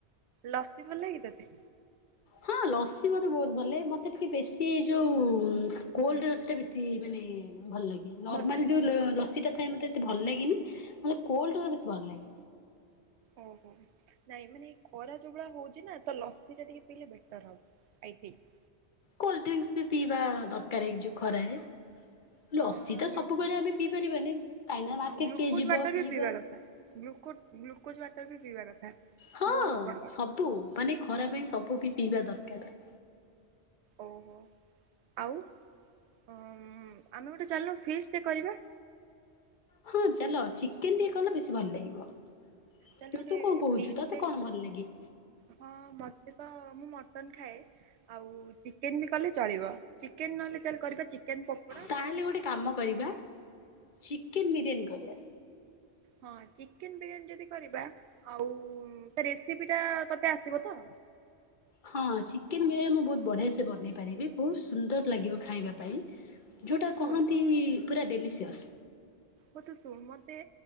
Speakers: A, on the right; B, on the left.
A: ଲସ୍ମୀ ଭଲ ଲାଗେ ତତେ?
B: ହଁ ଲସି ମତେ ବହୁତ ଭଲ ମତେ ଟିକେ ବେଶୀ ଏଇ ଯୋଉ କୋଲଡ ଲସିଟା ବେଶୀ ମାନେ ଭଲ ଲାଗେ ନର୍ମାଲ
A: ଭଲ ଲାଗେ
B: ଯୋଉ ଲସିଟା ଥାଏ ମତେ ଏତେ ଭଲ ଲାଗେନି ମତେ କୋଲଡ ବେଶି ଭଲ ଲାଗେ।
A: ଓହୋ। ନାଇଁ ମାନେ ଖରା ଯୋଉ ଭଳିଆ ହଉଛି ନା ତ ଲସିଟା ଟିକେ ପିଇଲେ better I think.
B: Cold drinks ବି ପିଇବା ଦରକାର ଏ ଯୋଉ ଖରାରେ
A: ହଁ
B: ଲସି ତ
A: ଗ୍ଲୁ
B: ସବୁବେଳେ ଆମେ ପିଇ ପାରିବନି କାହିଁକି ନା
A: ହଁ
B: ମାର୍କେଟ
A: ଗ୍ଲୁକୋଜ
B: କେ ଯିବ
A: ୱାଟର
B: ପିଇବ?
A: ବି ପିଇବା କଥା। ଗ୍ଲୁକୋ ଗ୍ଲୁକୋଜ୍ ୱାଟର ବି ପିଇବା କଥା।
B: ହଁ
A: ବହୁତ ଭଲ
B: ସବୁ ମାନେ ଖରା ପାଇଁ ସବୁ ବି ପିଇବା ଦରକାର।
A: ଓହୋ ଆଉ ଆମେ ଗୋଟେ ଚାଲିଲୁ ଫିସ୍ ଟେ କରିବା।
B: ହଁ ଚାଲ ଚିକେନ ଟିକେ କଲେ ବେଶୀ ଭଲ ଲାଗିବ।
A: ଚାଲି
B: ନା
A: ଗୋଟେ
B: ତୁ କଣ କହୁଛୁ
A: ଫିଷ୍ଟ
B: ତତେ
A: ଟେ
B: କଣ ଭଲ ଲାଗେ?
A: ହଁ ମତେ ତ ମୁଁ ମଟନ ଖାଏ। ଆଉ ଚିକେନ ବି କଲେ ଚଳିବ ଚିକେନ ନହେଲେ ଚା କରିବା ଚିକେନ ପ
B: ତାହେଲେ ଗୋଟେ କାମ କରିବା ଚିକେନ ବିରିୟାନୀ କରିବା।
A: ହଁ ଚିକେନ ବିରିୟାନୀ ଯଦି କରିବା ଆଉ ରେସିପି ଟା ତୋତେ ଆସିବ ତ?
B: ହଁ ଚିକେନ ବିରିୟାନି ମୁଁ ବହୁତ ବଢିଆ ସେ ବନେଇ ପାରିବି ବହୁତ ସୁନ୍ଦର ଲାଗିବ ଖାଇବା ପାଇଁ
A: ହଉ
B: ଯୋଉଟା
A: ତୁ ଶୁଣ
B: କହନ୍ତି
A: ଶୁଣ
B: ପୁରା ଡେଲିସିଅସ୍।
A: ହ ତୁ ଶୁଣ ମତେ